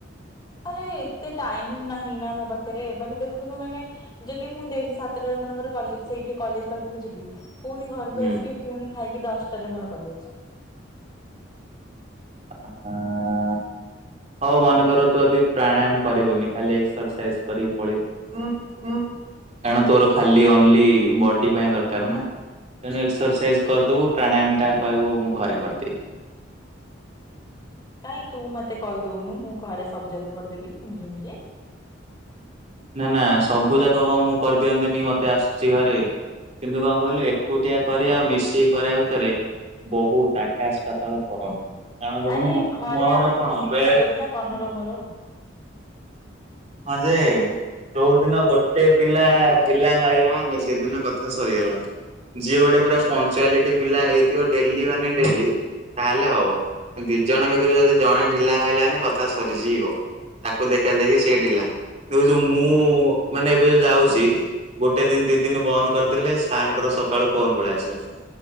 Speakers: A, on the left; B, on the right.
A: ଆରେ ଏତେ ଟାଇମ ନାହିଁ ନା ମୋ ପାଖରେ ମାନେ ଦେଖୁନୁ ମାନେ ଯଦି ମୁଁ ଦେଖ ସାତଟାରେ ମନେକର କଲେ ସେଇଠି କଲେଜ ପାଖକୁ ଯିବି। ପୁଣି ଘରକୁ
B: ହୁଁ।
A: ଆସିବି ପୁଣି ଖାଇକି ଦଶଟାରେ ମୋର କଲେଜ।
B: ହଁ <unintelligible> ହଉ ମନେକର ତୁ ଯଦି ପ୍ରାଣୟାମ କରିବୁନି, ଖାଲି ଏକ୍ସରସାଇଜ କରିକି ପଳେଇବୁ କାରଣ ତୋର ଖାଲି ଓନ୍ଲି ବଡି ପାଇଁ ଦରକାର ନା। ତେଣୁ ଏକ୍ସରସାଇଜ କରିଦବୁ। ପ୍ରାଣାୟାମ ଟା କହିବୁ ମୁଁ ଘରେ କରିଦେଇଚି।
A: କାଇଁ ତୁ ମତେ କହିଦଉନୁ। ମୁଁ ଘରେ ସବୁ ଯାକ କରିଦେବି ନିଜେ ନିଜେ।
B: ନା ନା ସବୁ ଯାକ କଣ ମୁଁ କରିଦିଅନ୍ତିନି। ମତେ ଆଆସିଚି ଘରେ କିନ୍ତୁ କଣ କହିଲୁ ଏକୁଟିଆ କରିବା ଆଉ ମିଶିକି କରିବା ଭିତରେ ବହୁତ ଆକାଶ ପାତଳ ଫରକ। କାରଣ ଦେଖୁନୁ
A: ଆରେ
B: ମ-
A: ଘରେ
B: ମୋର
A: ଆମେ
B: କଣ
A: ମିଶିକି
B: ବେଳେ
A: କରିଦବୁ
B: ବେଳେ
A: ନା ତନୁର ମୋର।
B: ହଁ ଯେ ଯୋଉଦିନ ଗୋଟେ ପିଲା ପିଲା ମାଇଲାନି ସେଦିନ କଥା ସରିଗଲା। ଯିଏ ଗୋଟେ ପୁରା ପଞ୍ଚୁଆଲିଟି ପିଲା ହେଇଥିବ। ଡେଲି ମାନେ ଡେଲି ତାହାଲେ ହବ। ଦି ଜଣ ଭିତରୁ ଯଦି ଜଣେ ଢିଲା ମଇଲା ମାନେ କଥା ସରିଯିବ। ତାକୁ ଦେଖା ଦେଖି ସିଏ ଢିଲା। ଦେଖୁଚୁ ମୁଁ ମାନେ ଏବେ ଯୋଉ ଯାଉଚି ଗୋଟେ ଦିନ ଦି ଦିନ ବନ୍ଦ କରିଦେଲେ, ସାର କଁର ସକାଳୁ ଫୋନ ପଳେଇ ଆସିବ ସେଠୁ।